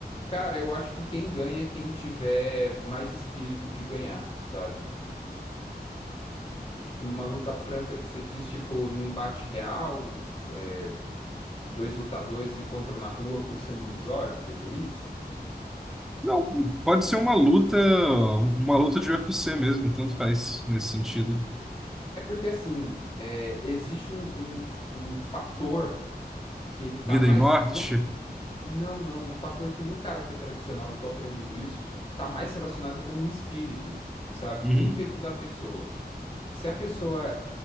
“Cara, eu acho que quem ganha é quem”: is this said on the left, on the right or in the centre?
Left